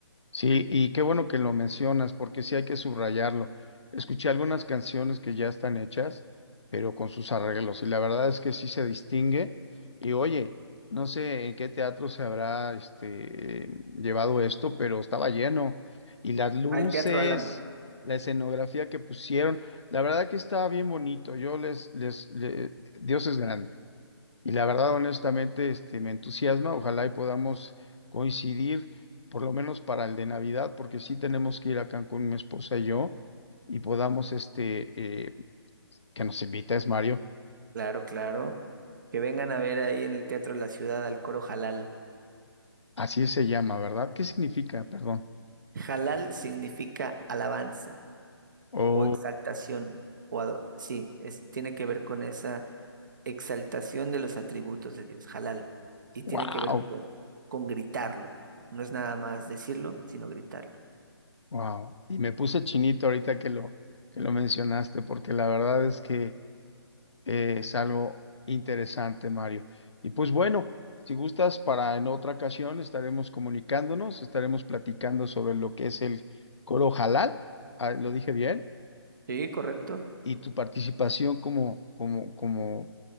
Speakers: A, on the left (about 85°); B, on the right (about 45°).
A: Sí, y qué bueno que lo mencionas, porque sí hay que subrayarlo. Escuché algunas canciones que ya están hechas, pero con sus arreglos, y la verdad es que sí se distingue. Y oye, no sé en qué teatro se habrá este, llevado esto, pero estaba lleno. Y las luces,
B: Al Teatro Álamo.
A: la escenografía que pusieron, la verdad que estaba bien bonito. Yo les, les, le- Dios es grande. Y la verdad, honestamente, este, me entusiasma. Ojalá y podamos coincidir, por lo menos para el de Navidad, porque sí tenemos que ir a Cancún, mi esposa y yo, y podamos, este, eh, que nos invita es Mario.
B: Claro, claro. Que vengan a ver ahí en el Teatro de la Ciudad al coro Jalal.
A: Así se llama, ¿verdad? ¿Qué significa? Perdón.
B: Jalal significa alabanza.
A: Oh,
B: o exaltación, o ador- sí, es, tiene que ver con esa exaltación de los atributos de Dios, halal, y tiene
A: wow,
B: que ver con, con gritarlo. No es nada más decirlo, sino gritarlo.
A: wow. Y me puse chinito ahorita que lo, que lo mencionaste, porque la verdad es que Eh, es algo interesante, Mario. Y pues bueno, si gustas, para en otra ocasión estaremos comunicándonos, estaremos platicando sobre lo que es el coro halal, ah, lo dije bien,
B: Sí, correcto.
A: y tu participación como, como, como,